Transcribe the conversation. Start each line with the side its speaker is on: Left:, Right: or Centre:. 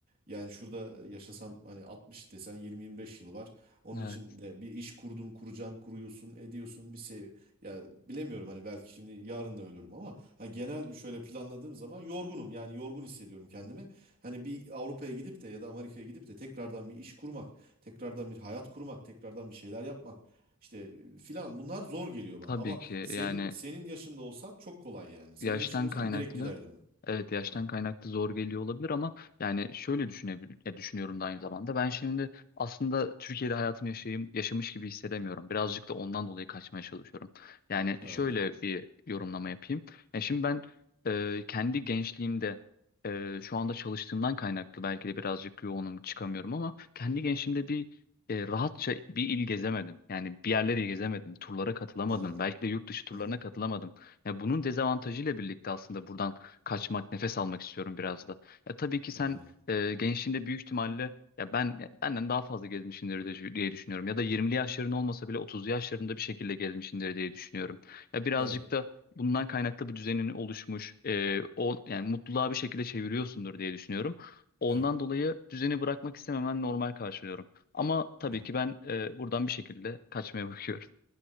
Right: Yani şurada e, yaşasam hani 60 desen 20-25 yıl var. Onun
Left: Evet,
Right: için de bir iş kurdum, kuracaksın, kuruyorsun, ediyorsun bir şey. Ya bilemiyorum hani belki şimdi yarın da ölürüm ama hani genel bir şöyle planladığım zaman yorgunum. Yani yorgun hissediyorum kendimi. Hani bir Avrupa'ya gidip de ya da Amerika'ya gidip de tekrardan bir iş kurmak, tekrardan bir hayat kurmak, tekrardan bir şeyler yapmak işte e, filan bunlar zor geliyor
Left: tabii
Right: bana. Ama
Left: ki
Right: senin
Left: yani
Right: senin yaşında olsam çok kolay yani. Senin
Left: yaştan
Right: yaşında olsam
Left: kaynaklı
Right: direkt giderdim.
Left: evet yaştan
Right: Evet.
Left: kaynaklı zor geliyor olabilir ama yani şöyle düşünebilir ya düşünüyorum da aynı zamanda ben şimdi aslında Türkiye'de hayatımı yaşayayım yaşamış gibi hissedemiyorum. Birazcık da ondan dolayı kaçmaya çalışıyorum. Yani
Right: Ha. Yani
Left: şöyle bir yorumlama yapayım. Ya şimdi ben e, kendi gençliğimde e, şu anda çalıştığımdan kaynaklı belki de birazcık yoğunum çıkamıyorum ama kendi gençliğimde bir e, rahatça bir il gezemedim. Yani bir yerleri gezemedim. Turlara katılamadım.
Right: Ha.
Left: Belki de yurt dışı turlarına
Right: Hı hı.
Left: katılamadım. Ya bunun dezavantajıyla birlikte aslında buradan kaçmak, nefes almak istiyorum biraz da. Ya tabii ki sen
Right: Ha.
Left: e, gençliğinde büyük ihtimalle ya ben ya benden daha fazla gezmişsindir de- diye düşünüyorum. Ya da 20'li yaşların olmasa bile 30'lu yaşlarında bir şekilde gezmişsindir diye düşünüyorum. Ya birazcık
Right: Evet,
Left: da bundan kaynaklı bir düzenin oluşmuş, e, o yani mutluluğa bir şekilde çeviriyorsundur diye düşünüyorum. Ondan
Right: evet.
Left: dolayı düzeni bırakmak istememen normal karşılıyorum. Ama tabii
Right: evet.
Left: ki ben e, buradan bir şekilde kaçmaya bakıyorum.